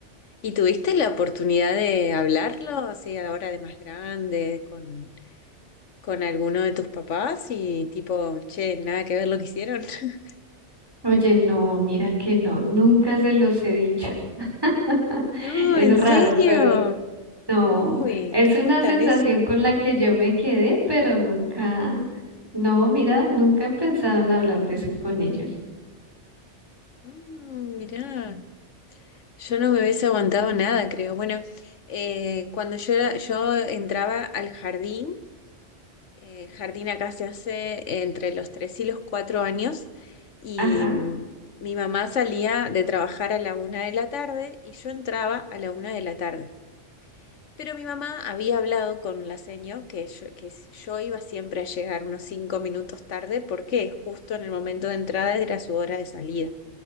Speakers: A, on the left; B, on the right.
A: ¿Y tuviste la oportunidad de hablarlo así ahora de más grande con, con alguno de tus papás y tipo, che, nada que ver lo que hicieron? <laughs>
B: Oye, no, mira que no, nunca se los he dicho. <laughs>
A: No,
B: Es
A: ¿en
B: raro,
A: serio?
B: pero No,
A: Uy,
B: es
A: qué
B: una
A: fortaleza.
B: sensación con la que yo me quedé, pero nunca, no, mira, nunca he pensado en hablar de eso con ellos.
A: Mm, mirá, yo no me hubiese aguantado nada, creo. Bueno, eh, cuando yo, era- yo entraba al jardín, Eh, jardín acá se hace entre los tres y los cuatro años y
B: Ajá,
A: mm, mi mamá salía de trabajar a la una de la tarde y yo entraba a la una de la tarde. Pero mi mamá había hablado con la seño que yo, que s- yo iba siempre a llegar unos cinco minutos tarde porque justo en el momento de entrada era su hora de salida.